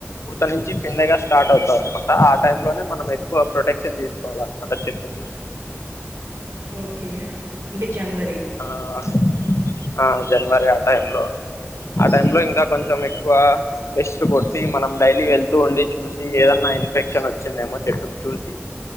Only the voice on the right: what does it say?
ఓకే అంటే జనవరి.
ఓకే